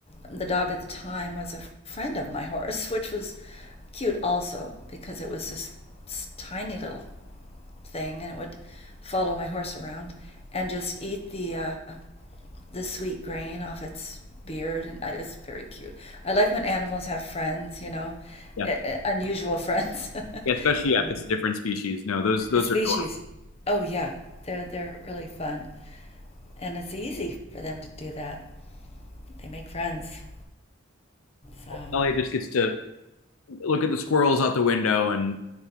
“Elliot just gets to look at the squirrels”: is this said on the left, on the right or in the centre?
Left